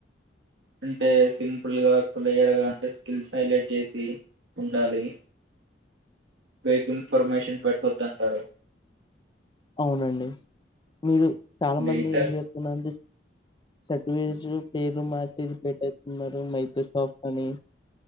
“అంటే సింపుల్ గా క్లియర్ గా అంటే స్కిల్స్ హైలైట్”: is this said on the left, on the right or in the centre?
Right